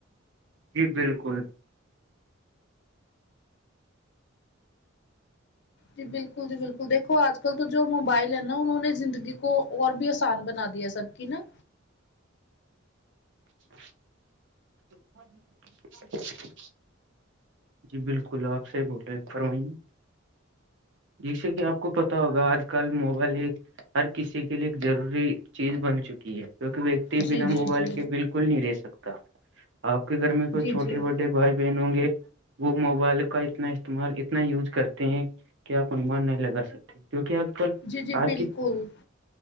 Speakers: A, on the right; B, on the left.
A: جی بالکل
B: جی بالکل جی بالکل دیکھو آج کل تو جو موبائل ہے نا انہوں نے زندگی کو اور بھی آسان بنا دیا ہے سر کہ ن
A: اچ <inaudible> <inaudible> <inaudible> جی بالکل آپ سے بول رہے ہیں فرمائیے جیسے کہ آپ کو پتا ہوگا آج کل موبائل ایک ہر کسی کے لیے ایک ضروری چیز بن چکی ہے کیہ ویکتی
B: جی
A: بنا
B: جی
A: موبائل
B: جی
A: کے بالکل نہیں رہ سکتا آپ کے گھر میں کوئی
B: جی
A: چھوٹے
B: جی
A: بٹے بھائی بہن ہوں گے وہ موبائل کا اتنا استعمال اتنا یوز کرتے ہیں کہ آپ انمان نہیں لگا سکتے کیوںکہ آج کل
B: جی جی
A: آج
B: بالکل
A: کی